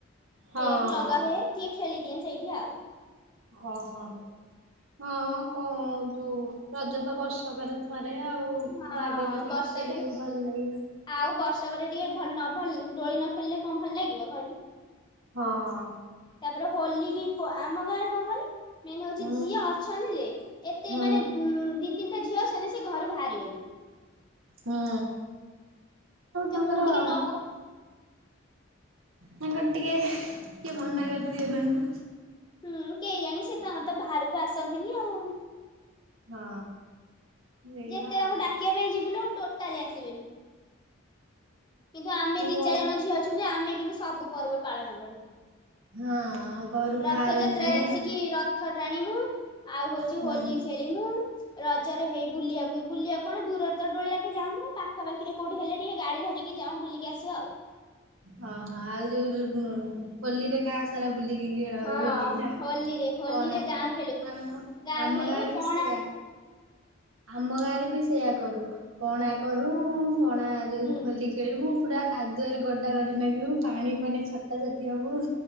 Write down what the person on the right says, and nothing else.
ହଁ
ହଁ
ଓହୋ ହଁ କଣ ତୁ ରଜ ତ ବର୍ଷକରେ ଯାହାବି
ହେଲେ ଟିକେ
ଖେଳିବୁ ଭଲ ଲାଗିବ।
ହଁ
ହଁ
ହୁଁ
ହୁଁ
ତେଣୁ
ତାଙ୍କର
ତାଙ୍କର ଟିକେ କିଏ ମନା କରିଥିବେ ତାଙ୍କୁ।
ହଁ। ଏଇଆ
ଆଉ।
ହୁଁ
ହଁ ଘରୁ ବାହାରନ୍ତି।
ହୁଁ।
ହଁ ହଁ ଆଉ ଯୋଉ ହୋଲିରେ କା ଗାଁ ସାରା ବୁଲିକି ଟିକେ
ହୋଲି ନା
କହନା
ଆମ
ଆମ
ଗାଁରେ
ବି ସେୟା। ଆମ ଗାଁରେ ବି ସେଇୟା କରୁ ପଣା କରୁ ପଣା ଯୋଉ
ହୋଲି ଖେଳିବୁ ପୁରା କାଦୁଅରେ ଗଡା ଗଡି ନାଗିବୁ ପାଣି ପାଣି ଛଟା ଛଟି ହୋ ବୁ।